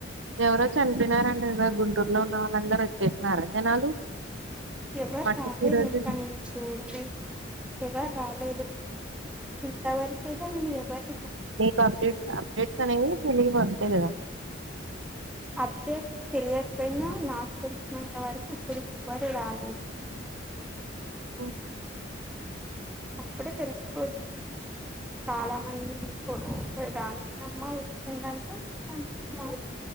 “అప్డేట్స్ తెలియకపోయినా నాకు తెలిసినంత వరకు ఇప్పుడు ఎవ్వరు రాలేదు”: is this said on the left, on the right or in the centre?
Centre